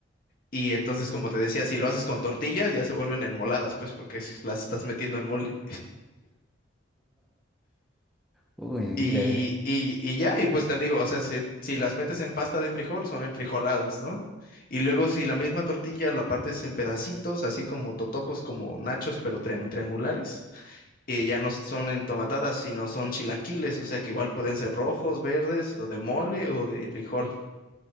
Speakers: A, on the left; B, in the centre.
A: Y entonces, como te decía, si lo haces con tortillas, ya se vuelven enmoladas, pues, porque es- las estás metiendo en mole.
B: Uy, mira,
A: Y,
B: a ver.
A: y, y ya, y pues te digo, o sea, si, si las metes en pasta de frijol, son en frijoladas, ¿no? Y luego si la misma tortilla la partes en pedacitos, así como totopos, como nachos, pero trian- triangulares, eh, ya no son entomatadas, sino son chilaquiles, o sea que igual pueden ser rojos, verdes, o de mole, o de frijol.